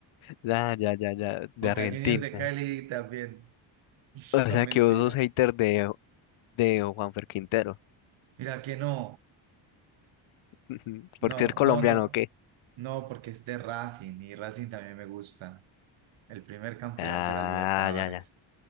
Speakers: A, on the left (about 80°); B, on the right (about 75°).
A: Ya, ya, ya, ya,
B: <laughs>
A: de
B: Boca
A: Argentina.
B: Juniors de Cali también, <laughs>
A: O
B: no
A: sea
B: mentira.
A: que vos sos hater de, de Juanfer Quintero.
B: Mira que no,
A: <laughs>
B: no,
A: ¿Por ser colombiano
B: no, no,
A: o qué?
B: no, porque es de Racing y Racing también me gusta, el primer campeón
A: Ah,
B: de la Libertadores.
A: ya, ya.